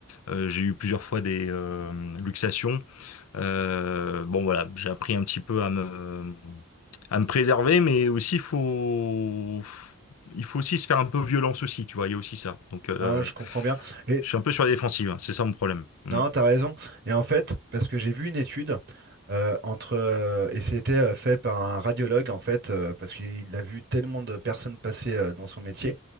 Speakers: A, on the left (about 80°); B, on the right (about 50°).
A: Euh, j'ai eu plusieurs fois des euh, luxations. Euh, bon voilà, j'ai appris un petit peu à me à me préserver, mais aussi faut il faut aussi se faire un peu violence aussi, tu vois. Il y a aussi ça. Donc euh,
B: Non, je comprends bien. Et
A: je suis un peu sur la défensive, hein, c'est ça mon problème. Mm.
B: non, t'as raison. Et en fait, parce que j'ai vu une étude euh, entre euh, et c'était euh, fait par un radiologue en fait, euh, parce qu'il a vu tellement de personnes passer euh, dans son métier.